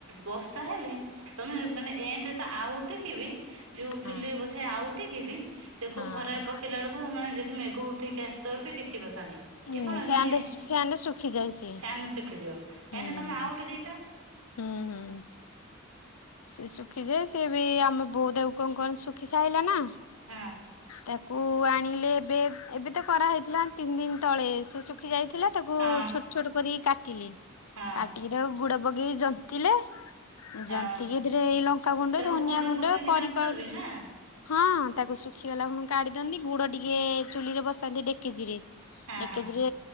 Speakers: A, on the right; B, on the left.
A: ବର୍ଷା ହେଲେ ତମେ ମାନେ ଏମତି ତ ଆଉ ଟିକିବି ଯୋଉ
B: ହଁ
A: ଚୁଲି
B: ହଁ
A: ବ ନେଉଟିକି ବି ଉଠିକି ବି ସେ କ
B: ହଁ।
A: ଖରା ପକେଇଲା ବେଳକୁ ମାନେ ଯଦି ମେଘ ଉଠେଇକି ଆସିଥିବ ବି କିଛି କଥା ନହିଁ।
B: ହୁଁ
A: ଇଏ କଣ
B: ଫ୍ୟାନରେ
A: ମାନେ
B: ଫ୍ୟାନରେ ଶୁଖିଯାଏ
A: ଫ୍ୟାନରେ
B: ସିଏ।
A: ଶୁଖିଯିବ କାହିଁକି
B: ହୁଁ
A: ନା ତମେ ଆଉଠି ଦେଇଛ।
B: ହୁଁ ହୁଁ। ସେ ଶୁଖିଛି ସିଏ ବି ଆମ ବୋଉ କଣ କ ଶୁଖି ସାରିଲା ନା
A: ହଁ।
B: ତାକୁ ଆଣିଲେ ଏବେ ଏବେ ତ କରାହୋଇଥିଲା ତିନି ଦିନ ତଳେ ସେ ଶୁଖି ଯାଇଥିଲେ ତାକୁ
A: ହଁ
B: ଛୋଟ ଛୋଟ କରିକି କାଟିଲି
A: ହଁ।
B: କାଟିକି ତାକୁ ଗୁଡ ପକେଇ ଜନ୍ତିଲେ
A: ହଁ
B: ଜନ୍ତିଲି ଏଥିରେ ଏଇ ଲଙ୍କାଗୁଣ୍ଡ,
A: ତାକୁ
B: ଧନିଆ
A: ଗୁଡ
B: ଗୁଣ୍ଡ,
A: ପକେଇକି
B: କରିପାଉଡର୍
A: ଜନ୍ତବି ନା
B: ହଁ ତାକୁ ଶୁଖିଗଲା ପୁଣି କାଢି ଦିଅନ୍ତି ଗୁଡ ଟିକେ ଚୁଲି ରେ ବସାନ୍ତି ଡେକେଜିି ରେ
A: ହଁ
B: ଏକେଦରେ
A: ହଁ